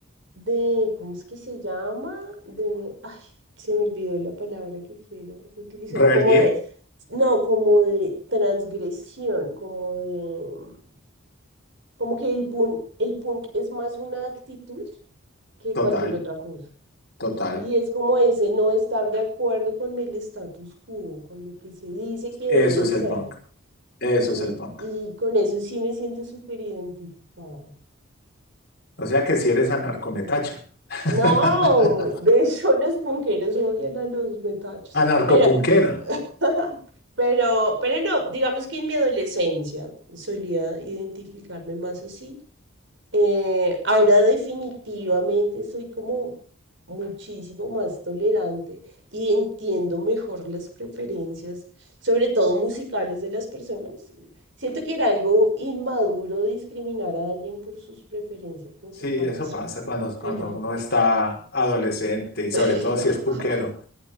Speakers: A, on the right (about 60°); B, on the left (about 50°).
A: de, ¿cómo es que se llama? De, ay, se me olvidó la palabra que quiero utilizar,
B: Rebeldía,
A: como de, no, como de transgresión, como de, como que el punk, el punk es más una actitud que
B: total,
A: cualquier otra cosa.
B: total.
A: Y es como ese no estar de acuerdo con el status quo, con lo que se dice que
B: Eso
A: debe
B: es
A: ser.
B: el punk. Eso
A: Y,
B: es el punk.
A: y con eso sí me siento súper identificada.
B: O sea que si eres anarco me <laughs>
A: No, de hecho los punqueros odian a los metachos.
B: Anarcopunquera.
A: Pero <laughs> Pero, pero no, digamos que en mi adolescencia solía identificarme más así. Eh, ahora definitivamente soy como muchísimo más tolerante y entiendo mejor las preferencias, sobre todo musicales de las personas. Siento que era algo inmaduro discriminar a alguien por sus preferencias musicales,
B: Sí, eso pasa cuando, cuando
A: pero,
B: uno está adolescente y sobre
A: <laughs>
B: todo si es punquero.